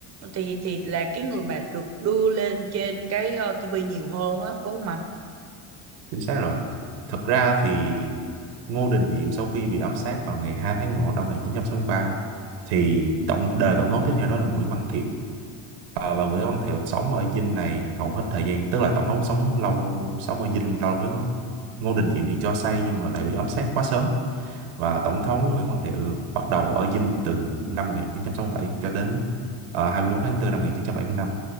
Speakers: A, on the right (about 35°); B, on the right (about 85°).
A: thì thì là cái người mà được đưa lên trên cái uh, TV nhiều hơn á đúng không anh?
B: Chính xác rồi. Thực ra thì Ngô Đình Diệm sau khi bị ám sát vào ngày 2 tháng 1 năm 1963 thì tổng đời tổng thống tiếp theo đó là Nguyễn Văn Thiệu Ờ, và Nguyễn Văn Thiệu sống ở Dinh này hầu hết thời gian tức là tổng thống sống lâu sống ở Dinh lâu nhất đó. Ngô Đình Diệm thì cho xây nhưng mà lại bị ám sát quá sớm và tổng thống Nguyễn Văn Thiệu bắt đầu ở Dinh từ năm 1967 cho đến uh, 21 tháng 4 năm 1975